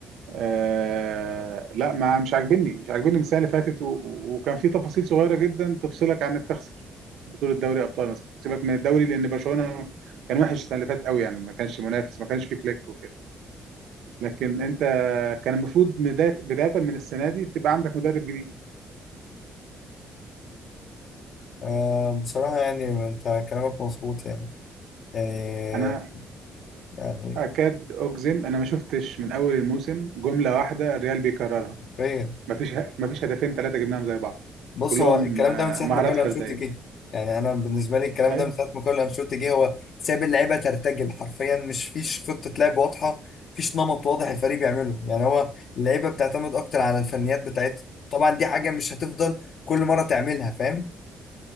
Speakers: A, on the right; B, on the left.
A: آه لا ما مش عاجبني مش عاجبني من السنه اللي فاتت و... و- وكان في تفاصيل صغيره جدا تفصلك عن انك تخسر بطوله دوري ابطال مثلا سيبك من الدوري لان برشلونه كان وحش السنه اللي فاتت قوي يعني ما كانش منافس ما كانش فيه فليك وكده لكن انت كان المفروض بدايه بدايه من السنه دي تبقى عندك مدرب جديد
B: آه بصراحة يعني انت كلامك مظبوط يعني يعني
A: انا
B: يعني
A: اكاد اجزم انا ما شفتش من اول الموسم جمله واحده الريال بيكررها
B: حرفيا
A: ما فيش ما فيش هدفين ثلاثه جبناهم زي بعض
B: بص
A: كلهم
B: هو الكلام
A: آه،
B: ده من ساعه
A: مهارات
B: ما كارلو
A: فرديه
B: انشيلوتي جه يعني انا بالنسبه لي الكلام
A: ايوه
B: ده من ساعه ما كارلو انشيلوتي جه هو ساب اللعيبه ترتجل حرفيا مش فيش خطه لعب واضحه فيش نمط واضح الفريق بيعمله يعني هو اللعيبه بتعتمد اكتر على الفنيات بتاعتها طبعا دي حاجه مش هتفضل كل مره تعملها فاهم